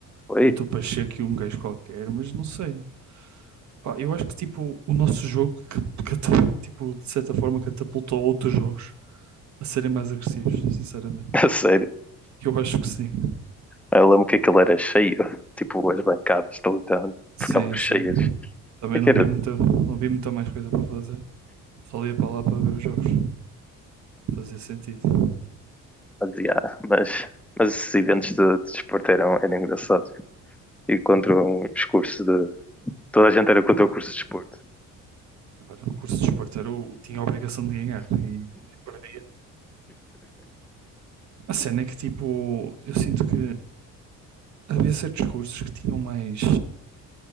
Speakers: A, in the centre; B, on the right.
A: Foi?
B: entre o Pacheco e um gajo qualquer, mas não sei. Pá, eu acho que tipo, o nosso jogo <laughs> que cata- tipo, de certa forma catapultou outros jogos a serem mais agressivos, sinceramente.
A: <laughs> A sério.
B: Eu acho que sim.
A: Eu lembro que aquilo era cheio, <laughs> tipo, as bancadas de lutão
B: Sim,
A: ficavam cheias.
B: sim. Também
A: É que
B: não
A: era
B: havia muita, não havia muita mais coisa para fazer. Só ia para lá para ver os jogos. Fazia sentido.
A: demasiado, mas, mas esses eventos de, de desporto eram, eram engraçados. E contra os cursos de. Toda a gente era contra o curso de desporto.
B: Claro, o curso de esporte era o, tinha a obrigação de ganhar e perdia. A cena é que, tipo, eu sinto que havia certos cursos que tinham mais.